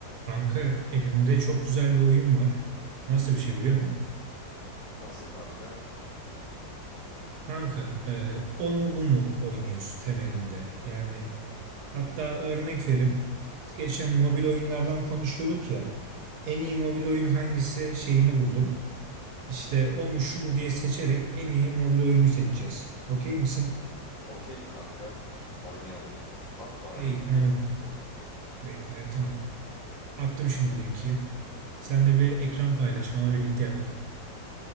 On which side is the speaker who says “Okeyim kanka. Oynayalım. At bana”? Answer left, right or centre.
Left